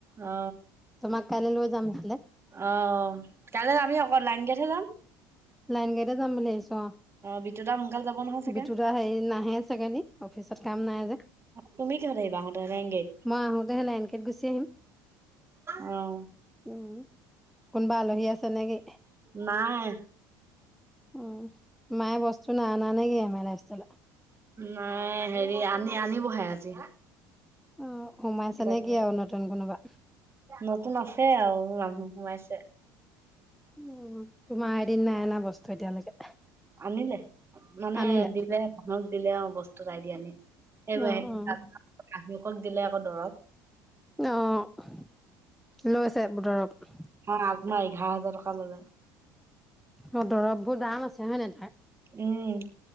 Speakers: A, on the right; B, in the centre.
A: অ
B: তোমাক কালি লৈ যাম ইফালে
A: অ', কাইলৈ আমি অকল লাইনকেহে যাম
B: লাইন গাড়ীতে যাম বুলি আহিছোঁ অ',
A: বিতু দা সোনকালে যাব নহয় চাগে
B: বিতুদা নাহে চাগে অফিচত কাম নাই যে
A: তুমি কিহত আহিবা আহোতে লাইন গাড়ীত?
B: মই আহোতে হে লাইনকেইত গুচি আহিম।
A: উম।
B: উম কোনোবা আলহী আছে নেকি।
A: নাই।
B: উ মায়ে বস্তু ন অনা নে কি আমাৰ লাইফ ষ্টাইলত
A: নাই হেৰি আনি আনিবহে আজি
B: অ', সোমাইছ
A: কিবা
B: নে
A: কিবি
B: কি আৰু নতুন কোনোবা
A: নতুন আছে আৰু মানুহ সোমাইছে।
B: উ তোমাৰ এদিন নাই এ নাই বস্তু এতিয়ালৈকে
A: আনিলে মানে
B: আনিলে
A: দিলে মানুহক দিলে অ', বস্ত আইদিয়া আনি এইবাক
B: অ অ
A: আক দিলে আকৌ দৰৱ।
B: আহ লৈ আছে বোটৰক।
A: অ', আজমাৰ এঘাৰ হাজাৰ টকা ল'লে।
B: অ', দৰৱ বোৰ দাম আছে হয় নহয়।
A: উম।